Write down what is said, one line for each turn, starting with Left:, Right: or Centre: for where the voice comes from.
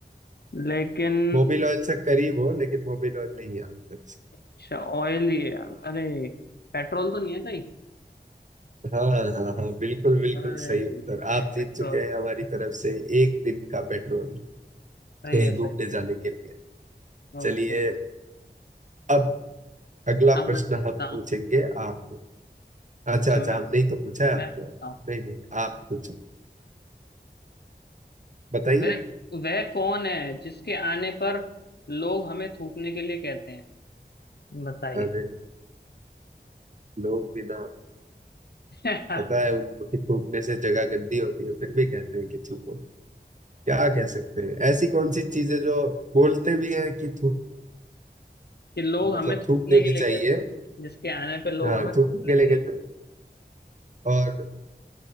Left: लेकिन
Right: मोबिल ऑयल से करीब हो लेकिन मोबिल ऑयल नहीं है उत्तर से।
Left: अच्छा ऑयल ही है अरे पेट्रोल तो नहीं है कहीं
Right: हाँ हाँ हाँ बिल्कुल बिल्कुल
Left: अरे
Right: सही उत्तर आप जीत
Left: पेट्रोल
Right: चुके हैं हमारी तरफ से एक दिन का पेट्रोल
Left: सही
Right: कहीं
Left: है
Right: घूमने
Left: सही
Right: जाने के लिए
Left: ओके
Right: चलिए अब अगला
Left: अब
Right: प्रश्न
Left: मैं पूछता
Right: हम पूछेंगे
Left: हूँ
Right: आपको अच्छा
Left: अच्छा
Right: अच्छा
Left: मैं
Right: हम नहीं तो पूछा है
Left: मैं
Right: आपको
Left: पूछता हूँ
Right: नहीं नहीं आप पूछो बताइए
Left: वह वह कौन है जिसके आने पर लोग हमें थूकने के लिए कहते हैं बताइए
Right: अरे लोग बिना
Left: <laughs> हाँ
Right: पता है उनको कि थूकने से जगह गंदी होती है फिर भी कहते हैं कि थूको क्या कह सकते हैं ऐसी कौन सी चीजें जो बोलते भी हैं कि थूक
Left: कि लोग
Right: मतलब
Left: हमें थूकने
Right: थूक देनी
Left: के लिए
Right: चाहिए
Left: कहते हैं जिसके आने पे लोग
Right: हाँ
Left: हमें थूकने
Right: थूकने के लिए
Left: के
Right: कहते
Left: लिए
Right: हैं और